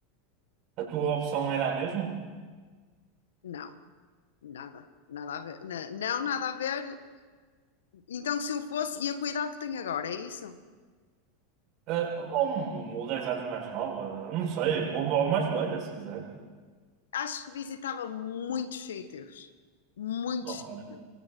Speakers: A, on the right; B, on the left.
A: a tua opção era a mesma?
B: não, nada, nada a ver. Na- Não, nada a ver. Então, se eu fosse, e a cuidado que tenho agora, é isso?
A: Ah, ou, um- ou 10 anos mais nova, não sei, ou, ou mais velha, se quiseres.
B: Acho que visitava muitos sítios, muitos
A: Ok.
B: sítios.